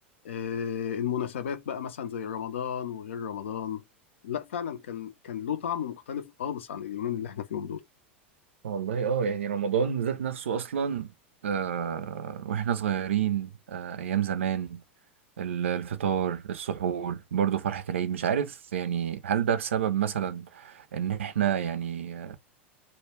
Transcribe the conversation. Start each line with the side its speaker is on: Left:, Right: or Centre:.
Left: آه، المناسبات بقى مثلا زي رمضان وغير رمضان لا فعلا كان كان له طعم مختلف خالص عن اليومين اللي احنا فيهم دول
Right: والله اه يعني رمضان ذات نفسه اصلا آه واحنا صغيرين آه ايام زمان ال- الفطار السحور برضو فرحة العيد مش عارف يعني هل ده بسبب مثلا ان احنا يعني